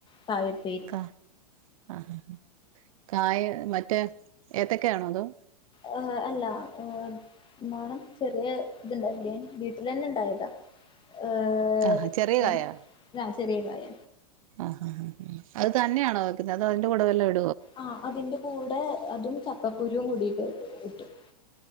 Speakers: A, on the left (about 25°); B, on the right (about 60°).
A: താഴെപ്പേരി
B: കാ ആഹ് കായ മറ്റേ ഏത്തക്കയാണോ അതോ
A: ആ അല്ല ആ <unintelligible> ചെറിയ ഇത്ണ്ടായില്ലേ വീട്ടിൽ തന്നെ ഇണ്ടായതാ ഏഹ്
B: ആ ചെറിയ കായാ
A: ആഹ് ചെറിയ കായ
B: ആ അത് തന്നെയാണോ വെക് അതോ അതിന്റെ കൂടെ വല്ലതും ഇട
A: ആ അതിന്റെ കൂടെ അതും ചക്കക്കുരു രും കൂടിട്ട് ഇടും